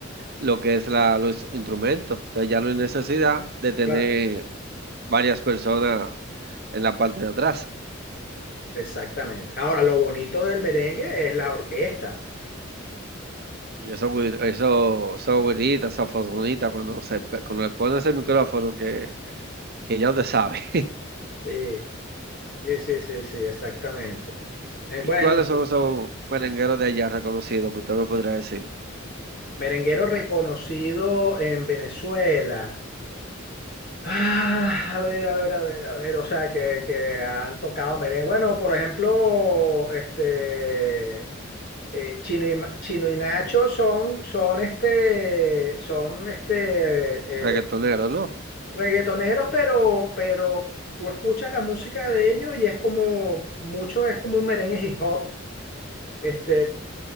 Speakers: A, on the right (about 50°); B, on the left (about 45°).
A: lo que es la, los instrumentos. Entonces ya no hay necesidad de tener
B: Claro,
A: varias personas en la parte de atrás.
B: exactamente. Ahora, lo bonito del merengue es la orquesta.
A: Y eso, güir- eso, eso, güiritas, saxofonitas, cuando se, pe- cuando le pones el micrófono que, que ya usted sabe.
B: Sí, sí, sí, sí, sí, exactamente. Eh, bueno,
A: ¿Y cuáles son
B: sí,
A: esos merengueros de allá reconocidos que usted me podría decir?
B: merenguero reconocido en Venezuela. Ah, a ver, a ver, a ver, a ver, o sea, que, que han tocado merengue. Bueno, por ejemplo, este, eh, Chino y, Ma- Chino y Nacho son, son este, son este,
A: Reggaetoneros,
B: eh,
A: ¿no?
B: Reggaetoneros, pero, pero tú escuchas la música de ellos y es como, mucho es como un merengue hip hop. Este,